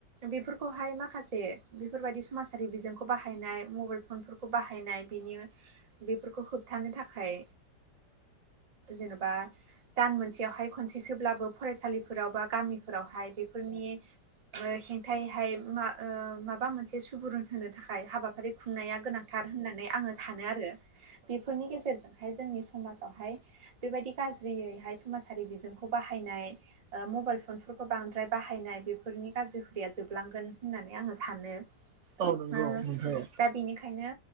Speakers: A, on the right; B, on the right.
A: बेफोरखौहाय माखासे बेफोरबायाददि समाजारि बिजोंखौ बाहायनाय मबाइल फनफोरखौ खौ बाहायनाय बिनि बेफोरखौ होबथानो थाखाय जेनेबा दान मोनसेयावहाय खनसेसोब्लाबो फरायसालिफोराव बा गामिफोरावहाय बेफोरनि हेंथायैहाय मा माबा मोनसे सुबुरुन होनो थाखाय फं खुंनाया गोनांथार होननानै आङो सानो आरो बेफोरनि गेजेरजोंहाय जोंनि समाजावहाय बेबायदि गाज्रियैहाय समाजारि बिजोंखौ बाहायनाय ओ मबाइल फनफोरखौ बांद्राय बाहायनाय बेफोरनि गाज्रि हुदाया जोबलांगोन होननानै आङो सानो।
B: औ नंगौ
A: ओ
B: नोंथां
A: दा बेनिखायनो